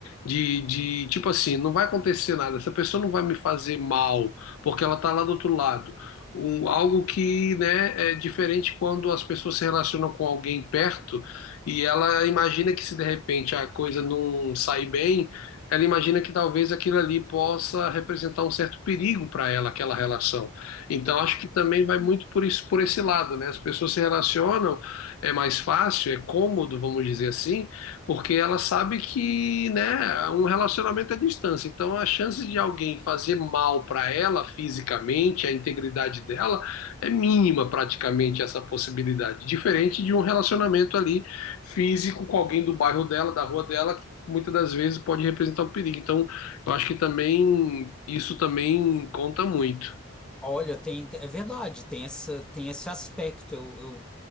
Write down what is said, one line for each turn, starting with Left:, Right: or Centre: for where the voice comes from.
Left: de, de tipo assim, não vai acontecer nada, essa pessoa não vai me fazer mal, porque ela está lá do outro lado um, algo que, né, é diferente quando as pessoas se relacionam com alguém perto e ela imagina que se de repente a coisa não sair bem, ela imagina que talvez aquilo ali possa representar um certo perigo para ela, aquela relação. Então acho que também vai muito por isso, por esse lado, né? As pessoas se relacionam, é mais fácil, é cômodo, vamos dizer assim porque ela sabe que, né, um relacionamento é distância. Então a chance de alguém fazer mal para ela fisicamente, a integridade dela, é mínima praticamente essa possibilidade. Diferente de um relacionamento ali físico com alguém do bairro dela, da rua dela, que muitas das vezes pode representar um perigo. Então eu acho que também isso também conta muito.
Centre: Olha, tem, é verdade, tem essa, tem esse aspecto. Eu, eu-